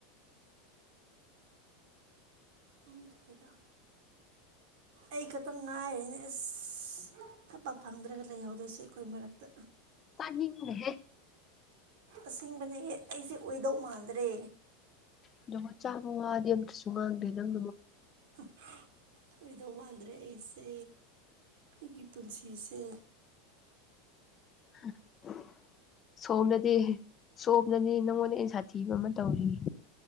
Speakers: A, on the right; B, on the left.
A: ꯑꯗꯨ ꯂꯩꯗ ꯑꯩ ꯈꯛꯇꯪ ꯉꯥꯏꯔꯦꯅꯦ ꯑꯁ ꯊꯕꯛ ꯐꯪꯗ꯭ꯔꯒ ꯂꯩꯍꯧꯗꯣꯏꯁꯦ ꯑꯩꯈꯣꯏ ꯃꯔꯛꯇ
B: ꯇꯅꯤꯍꯦ
A: ꯑꯁꯦꯡꯕꯅꯦ ꯑꯩꯁꯦ ꯑꯣꯏꯗꯧ ꯃꯥꯟꯗ꯭ꯔꯦ
B: ꯑꯗꯨꯒ ꯆꯥꯕ ꯋꯥꯗꯤ ꯑꯃꯝꯇꯁꯨ ꯉꯥꯡꯗꯦ ꯅꯪ
A: <inaudible> ꯀꯗꯧ ꯃꯥꯟꯗ꯭ꯔꯦ ꯑꯩꯁꯦ ꯑꯩꯒꯤ ꯄꯨꯟꯁꯤꯁꯦ
B: <inaudible> ꯁꯣꯝꯅꯗꯤ ꯁꯣꯝꯅꯅꯦ ꯅꯪꯉꯣꯟꯗ ꯑ ꯁꯥꯊꯤꯕ ꯑꯃ ꯇꯧꯔꯤ